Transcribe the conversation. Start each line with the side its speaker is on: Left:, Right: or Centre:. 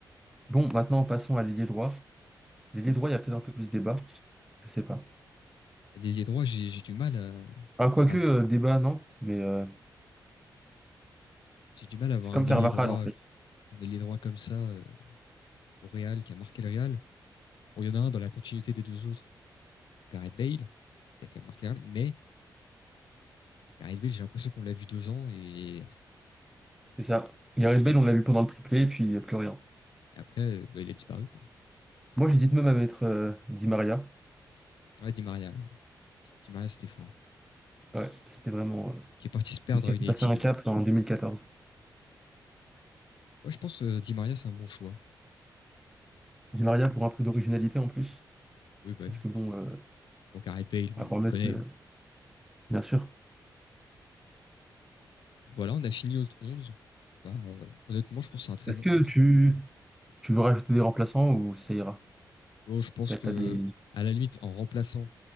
Centre: Bon, maintenant, passons à l'ailier droit. L'ailier droit, il y a peut-être un peu plus de débat. Je sais pas.
Left: L'ailier droit, j'ai j'ai du mal à,
Centre: Ah, quoique,
Left: à-
Centre: euh, débat, non. Mais euh,
Left: j'ai du mal à avoir
Centre: c'est comme
Left: un ailier
Centre: Carvajal,
Left: droit,
Centre: en fait.
Left: un ailier droit comme ça euh, au Real qui a marqué le Real. Bon, il y en a un dans la continuité des deux autres, Gareth Bale, qui a quand même marqué le Real, mais Gareth Bale, j'ai l'impression qu'on l'a vu deux ans et,
Centre: C'est ça. Il arrive
Left: et
Centre: belle,
Left: après,
Centre: on l'a vu pendant le triplé, et puis il n'y a plus rien.
Left: et après, euh, bah, il a disparu quoi.
Centre: Moi, j'hésite même à mettre euh, Di Maria.
Left: Ouais, Di Maria, ouais. Di Maria c'était fort.
Centre: Ouais, c'était vraiment. euh,
Left: qui est parti se perdre
Centre: c'est ce qui
Left: à
Centre: a
Left: United.
Centre: fait passer un cap en 2014.
Left: Moi, je pense euh, Di Maria, c'est un bon choix.
Centre: Di Maria pour un peu d'originalité en plus.
Left: Oui, bah,
Centre: Parce
Left: oui.
Centre: que bon, euh,
Left: bon, Gareth Bale, bon,
Centre: à part
Left: on le
Centre: Metz,
Left: connaît.
Centre: euh, bien sûr.
Left: Voilà, on a fini notre 11. Bah, euh, honnêtement, je pense que c'est un très
Centre: Est-ce
Left: bon
Centre: que
Left: 11.
Centre: tu, tu veux rajouter des remplaçants ou ça ira?
Left: Bon, je pense
Centre: Peut-être
Left: que,
Centre: t'as des...
Left: à la limite, en remplaçant,